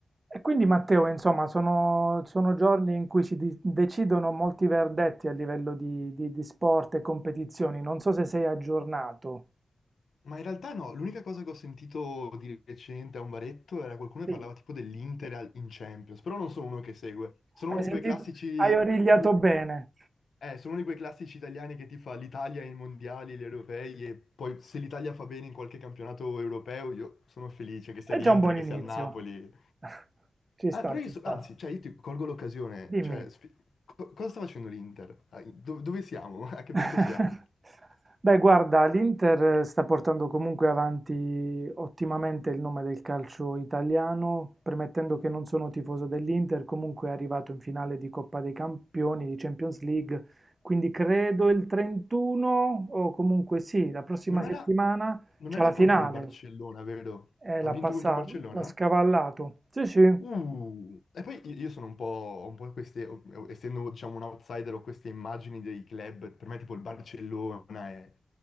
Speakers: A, on the right (about 35°); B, on the left (about 65°).
A: E quindi Matteo, insomma, sono, sono giorni in cui si di- decidono molti verdetti a livello di, di- di sport e competizioni. Non so se sei aggiornato.
B: Ma in realtà no, l'unica cosa che ho sentito di recente a un baretto era qualcuno
A: Sì.
B: che parlava tipo dell'Inter al- in Champions, però non sono uno che segue, sono
A: Hai
B: uno
A: sentito?
B: di quei classici,
A: Hai origliato
B: sono, di-
A: bene.
B: eh, sono uno di quei classici italiani che ti fa l'Italia ai mondiali, gli europei e poi se l'Italia fa bene in qualche campionato europeo io sono felice, che sia
A: È
B: l'Inter,
A: già un buon
B: che
A: inizio.
B: sia il Napoli.
A: <laughs> Ci sta,
B: Ah, però
A: ci
B: io, so-
A: sta.
B: anzi, cioè io ti colgo l'occasione,
A: Dimmi.
B: cioè, spi- co- cosa sta facendo l'Inter? Ah, do- dove siamo? <laughs> A che
A: <laughs>
B: punto siamo?
A: Beh, guarda, l'Inter eh, sta portando comunque avanti ottimamente il nome del calcio italiano, premettendo che non sono tifoso dell'Inter, comunque è arrivato in finale di Coppa dei Campioni, di Champions League, quindi credo il 31 o comunque sì, la prossima
B: Non
A: settimana
B: era, non
A: c'è
B: era
A: la finale,
B: contro il Barcellona, vero?
A: eh,
B: Ha
A: l'ha
B: vinto
A: passato,
B: contro il Barcellona?
A: l'ha scavallato. Sì, sì.
B: Uh, e poi io io sono un po', ho un po' queste, ho- essendo diciamo un outsider, ho queste immagini dei club, per me tipo il Barcellona è